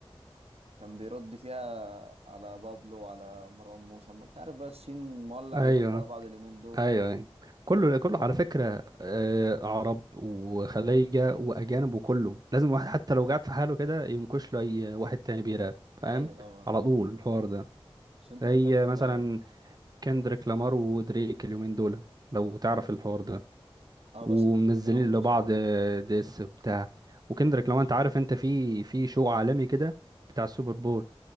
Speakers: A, on the right (about 85°); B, on the right (about 40°).
A: كان بيرد فيها على بابلو وعلى مروان موسى ما انت عارف بقى السين مولع
B: ايوه
A: بيرد على بعض اليومين دول
B: ايوه أيوة. كله كله على فكره آه، عرب وخليجه واجانب وكله لازم واحد حتى لو قعد في حاله كده ينكش له اي واحد تاني بيراب فاهم
A: ايوه طبعا
B: على طول
A: ايوه
B: الحوار ده
A: بس انت
B: هي
A: بتحب
B: مثلا
A: اه
B: كندريك لامار ودريك اليومين دول لو تعرف الحوار ده
A: آه،
B: ومنزلين
A: بس مش بتابعهم
B: لبعض
A: بصراحة
B: ديس بتاع وكندريك لو انت عارف انت في في شو عالمي كده بتاع السوبر بول